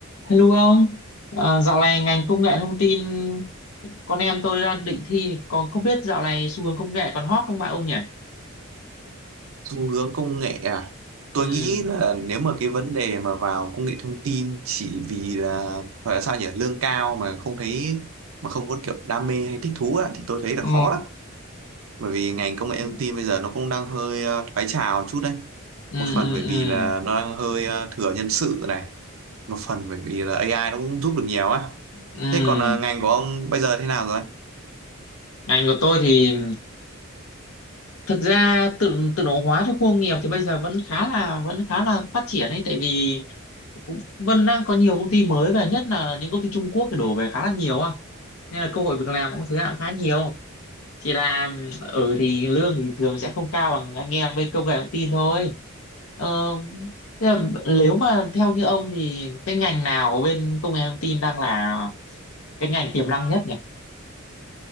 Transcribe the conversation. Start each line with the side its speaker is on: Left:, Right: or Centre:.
Left: Hello ông, à, dạo này ngành công nghệ thông tin con em tôi đang định thi, còn không biết dạo này xu hướng công nghệ còn hot không bạn ông nhỉ?
Right: xu hướng công nghệ à tôi
Left: Ừ,
Right: nghĩ là nếu mà cái vấn đề mà vào công nghệ thông tin chỉ vì là gọi là sao nhỉ lương cao mà không thấy mà không có kiểu đam mê hay thích thú á, thì tôi thấy là
Left: ừ,
Right: khó lắm bởi vì ngành công nghệ thông tin bây giờ nó cũng đang hơi ờ, thoái trào chút đấy
Left: ừ,
Right: một phần
Left: ừ,
Right: bởi vì
Left: ừ,
Right: là nó đang hơi ờ, thừa nhân sự này một phần bởi vì là AI nó cũng giúp được nhiều á
Left: ừ.
Right: thế còn ờ, ngành của ông bây giờ thế nào rồi
Left: Ngành của tôi thì thực ra tự tự động hóa trong khu công nghiệp thì bây giờ vẫn khá là vẫn khá là phát triển ấy, tại vì cũng vẫn đang có nhiều công ty mới và nhất là những công ty Trung Quốc thì đổ về khá là nhiều á, nên là cơ hội việc làm cũng thứ hạng khá nhiều. chỉ là ở thì lương thì thường sẽ không cao bằng anh em bên công nghệ thông tin thôi ờ, thế là nếu mà theo như ông thì cái ngành nào bên công nghệ thông tin đang là cái ngành tiềm năng nhất nhỉ